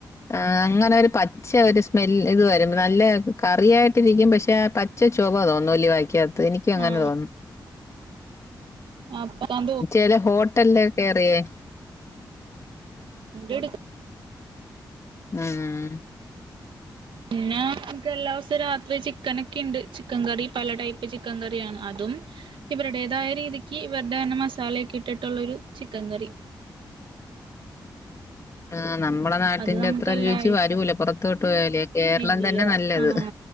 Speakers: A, on the left (about 35°); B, on the right (about 80°).
A: ആ അങ്ങനെ ഒരു പച്ച ഒരു സ്മെല് ഇത് വരുും നല്ല കറിയായിട്ടി ഇരിക്കും പക്ഷെ പ പച്ച ചൊവ തോന്നുല്ലി വായിക്കാത്ത എനിക്ക അങ്ങനെ
B: ആഹ്
A: തോന്നുന്നു
B: അപ്പക്കാൻ
A: ചേില ഹോട്ടലില കയറിയേ
B: എ
A: ഉം
B: പിന്നെ ഞങ്ങൾക്ക് എല്ലാം ദിവസം രാത്രി ചിക്കനൊക്കെ ഉണ്ട് ചിക്കൻ കറി പല ടൈപ്പ് ചിക്കൻ കറിയാണ് അതും ഇവരുടേതായ രീതിക്ക് ഇവരുടെ മസാലക്ക് ഇട്ടിട്ടുള്ളൊരു ചിക്കൻ കറി
A: ആഹ് നമ്മളെ നാട്ടിന്റെ
B: അത് നമുക്ക്
A: അത്ര
B: എല്ലാ
A: രുചി
B: ആഴ്ച
A: വരൂല പുറത്തോട്ട് പോയാലേ കേരളം
B: ഇല്ല
A: തന്നെ നല്ലത്.
B: ആഹ